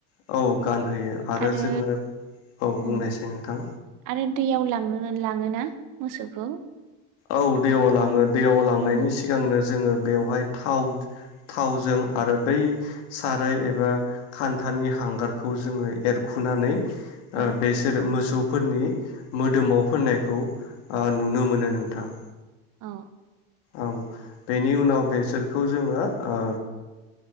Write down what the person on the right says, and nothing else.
आरो
ओम
आरो दैयाव लांनो लाङोना मोसौखौ
ओ
औ
औ